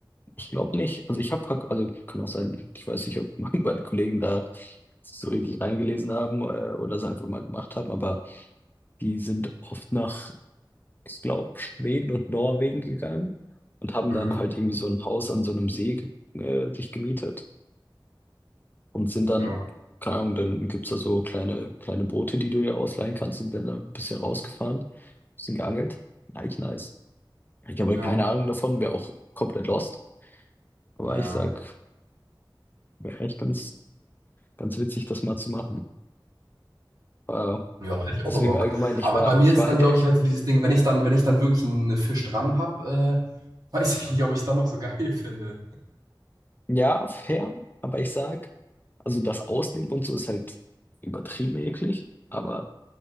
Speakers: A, on the left (about 25°); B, on the right (about 50°).
A: Ich glaube nicht. Also ich habe, also kann auch sein, ich weiß nicht, ob <laughs> meine Kollegen da sich so richtig reingelesen haben äh, oder es einfach mal gemacht haben, aber die sind oft nach, ich glaube, Schweden und Norwegen gegangen und haben
B: Mhm.
A: dann halt irgendwie so ein Haus an so einem See ge- äh, sich gemietet und sind dann,
B: ja,
A: keine Ahnung, dann gibt es da so kleine, kleine Boote, die du dir ausleihen kannst, sind dann da ein bisschen rausgefahren, bisschen geangelt. Eigentlich nice. Ich habe halt
B: Ja.
A: keine Ahnung davon, wäre auch komplett lost, aber
B: ja,
A: ich sag, wäre echt ganz. ganz witzig, das mal zu machen. Äh,
B: Ja, hätte ich auch
A: deswegen
B: mal Bock.
A: allgemein, ich
B: Aber
A: war,
B: bei mir
A: ich
B: ist
A: war
B: dann,
A: halt
B: glaube
A: echt,
B: ich, halt so dieses Ding, wenn ich dann, wenn ich dann wirklich einen Fisch dran habe, äh, <laughs> weiß ich nicht, ob ich es dann noch so geil finde.
A: ja, fair, aber ich sag, also das Ausnehmen und so ist halt übertrieben eklig, aber